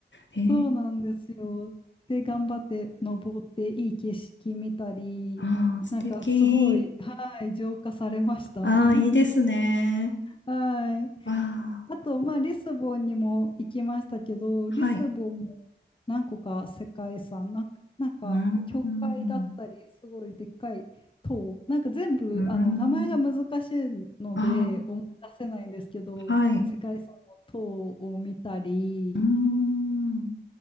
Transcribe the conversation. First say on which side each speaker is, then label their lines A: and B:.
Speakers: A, on the left; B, on the left.
A: ええ、
B: そうなんですよ。で、頑張って登って、いい景色見たり、
A: ああ、素敵。
B: なんかすごい、はい、浄化されました。
A: ああ、
B: <laughs>
A: いいですね。
B: はい。
A: わあ、
B: あと、まあ、リスボンにも行きましたけど、
A: はい。
B: リスボンも何個か世界遺産、な、なんか、
A: うーん。
B: 教会だったり、すごいでっかい塔、なんか全部、
A: うーん。
B: あの、名前が難しいので、
A: あ
B: 思い出せないんですけど、
A: あ、はい。
B: 世界遺産の塔を見たり、
A: うーん。